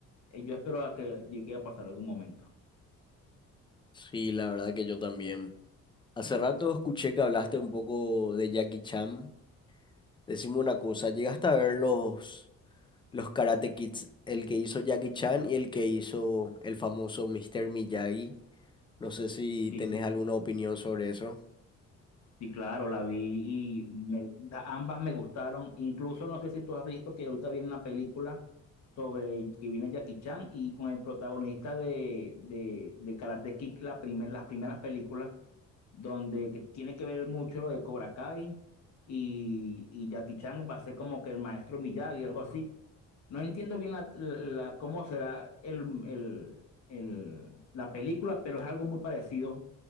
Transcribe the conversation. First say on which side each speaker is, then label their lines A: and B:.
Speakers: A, on the left; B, on the left.
A: Eh, Yo espero a que llegue a pasar algún momento.
B: Sí, la verdad que yo también. Hace rato escuché que hablaste un poco de Jackie Chan. Decime una cosa, ¿llegaste a ver los, los Karate Kids? El que hizo Jackie Chan y el que hizo el famoso Mr. Miyagi. No sé si
A: Sí,
B: tenés
A: sí.
B: alguna opinión sobre eso.
A: Sí, claro, la vi y me- da- ambas me gustaron. Incluso no sé si tú has visto que ahorita viene una película sobre que viene Jackie Chan y con el protagonista de, de, de Karate Kid, la primer- las primeras películas, donde que tiene que ver mucho lo de Cobra Kai y, y Jackie Chan va a ser como que el maestro Miyagi, algo así. No entiendo bien la, la- cómo será el, el- el- la película, pero es algo muy parecido.